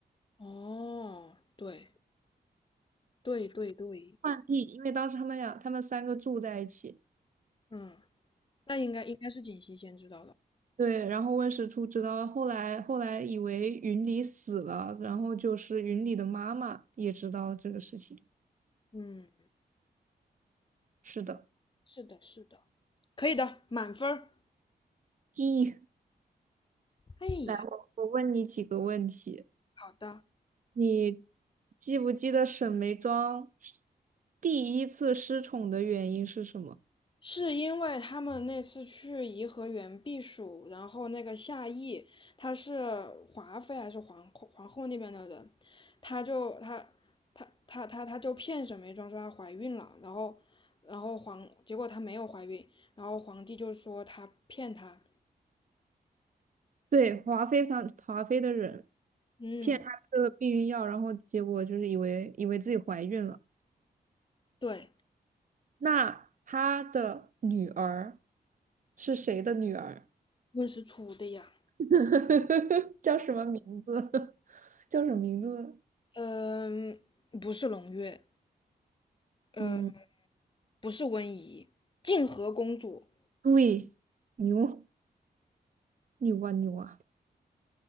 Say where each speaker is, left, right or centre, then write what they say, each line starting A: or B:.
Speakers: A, on the left; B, on the right.
A: 哦，对对对对，
B: 浣碧，因为当时他们俩他们三个住在一起，
A: 嗯，那应该应该是锦汐先知道的，
B: 对，然后温实初知道，后来后来以为云里死了，然后就是云里的妈妈也知道了这个事情。
A: 嗯，
B: 是的，
A: 是的，是的，可以的，满分儿。
B: 咦，
A: 哎呀，
B: 来，我我问你几个问题，
A: 好的。
B: 你记不记得沈眉庄第一次失宠的原因是什么？
A: 是因为他们那次去颐和园避暑，然后那个夏邑，他是华妃还是皇后皇后那边的人，他就他他他他他就骗沈眉庄说她怀孕了，然后然后皇结果她没有怀孕，然后皇帝就说他骗她，
B: 对，华妃，上华妃的人
A: 嗯，
B: 骗她吃了避孕药，然后结果就是以为以为自己怀孕了。
A: 对，
B: 那她的女儿是谁的女儿？
A: 温实初的呀，
B: <laughs> 叫什么名字？<laughs> 叫什么名字？
A: 嗯，不是胧月，嗯，
B: 嗯，
A: 不是温宜，静和公主，
B: 对，牛牛啊牛啊！